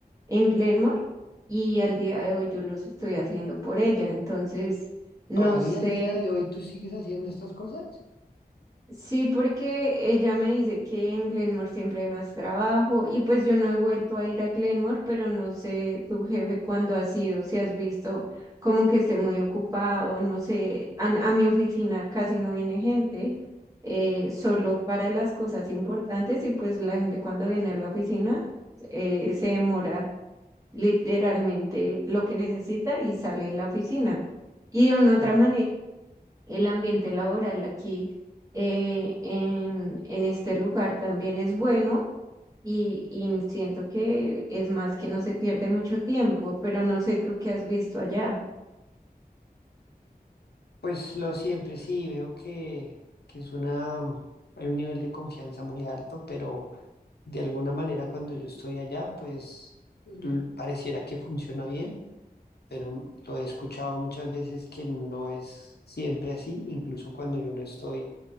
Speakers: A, on the right; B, on the left.
A: en Glenmore y al día de hoy yo los estoy haciendo por ella. Entonces, no
B: ¿Todavía
A: sé.
B: al día de hoy tú sigues haciendo estas cosas?
A: Sí, porque ella me dice que en Glenmore siempre hay más trabajo y pues yo no he vuelto a ir a Glenmore, pero no sé tu jefe cuándo ha sido, si has visto como que esté muy ocupado, no sé, a, a mi oficina casi no viene gente, eh, solo para las cosas importantes y pues la gente cuando viene a la oficina eh, se demora literalmente lo que necesita y sale de la oficina. Y de una otra
B: Mm.
A: manera el ambiente laboral aquí eh, en, en este lugar también es bueno y, y siento que es más que no se pierde mucho tiempo, pero no sé tú qué has visto allá.
B: Pues lo siempre, sí, veo que, que es una, mm, hay un nivel de confianza muy alto, pero de alguna manera cuando yo estoy allá, pues l- pareciera que funciona bien, pero lo he escuchado muchas veces que no es siempre así, incluso cuando yo no estoy